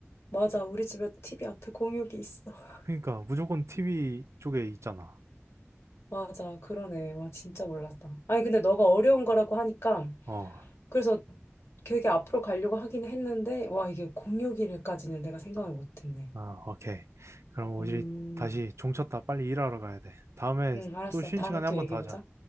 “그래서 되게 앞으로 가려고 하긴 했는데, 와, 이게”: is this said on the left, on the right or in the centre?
Left